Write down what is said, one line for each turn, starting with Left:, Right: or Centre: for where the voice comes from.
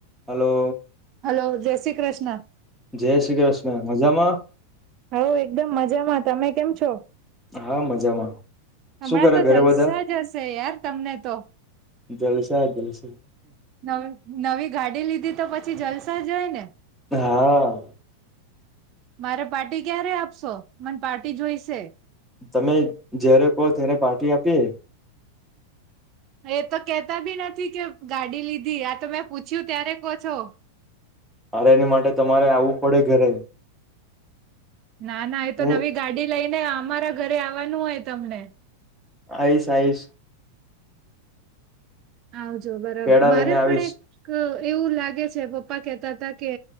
Centre: Hello
Right: hello, જે શ્રી કૃષ્ણ.
Centre: જે શ્રી કૃષ્ણ. મજામાં?
Right: હૌ, એકદમ મજામાં. તમે કેમ છો?
Centre: હા મજામાં
Right: હમણાં
Centre: શું કરે
Right: તો
Centre: ઘરે
Right: જલસા
Centre: બધા
Right: જ હશે યાર, તમને તો!
Centre: જલસા, જલસા.
Right: નવી નવી ગાડી લીધી, તો પછી જલસા જ હોય ને!
Centre: હા.
Right: મારે પાર્ટી ક્યારે આપશો? મને પાર્ટી જોઈશે.
Centre: તમે જ્યારે કહો ત્યારે પાર્ટી આપીએ.
Right: એ તો કેતા બી નથી કે ગાડી લીધી. આ તો મેં પૂછ્યું ત્યારે કો છો.
Centre: અરે એની માટે તમારે આવવું પડે ઘરે.
Right: ના ના, એ
Centre: હું
Right: તો નવી ગાડી લઈને અમારા ઘરે આવવાનું હોય તમને.
Centre: આઈશ, આઈશ.
Right: આવજો. બરાબર.
Centre: પેડા
Right: મારે
Centre: લઈને આવીશ
Right: પણ એક એવું લાગે છે પપ્પા કેહેતા હતા કે,